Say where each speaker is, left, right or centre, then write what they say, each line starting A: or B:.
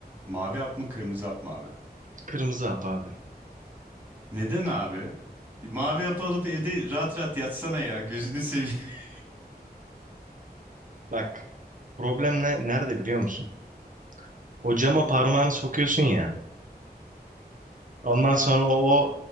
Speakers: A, on the right; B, on the right.
A: Mavi hap mı kırmızı hap mı abi?
B: Kırmızı hap abi.
A: Neden abi? Mavi hap alıp evde rahat rahat yatsana ya. Gözünü seveyim. <laughs>
B: Bak problem ne, nerede biliyor musun? O cama parmağını sokuyorsun ya. Ondan sonra o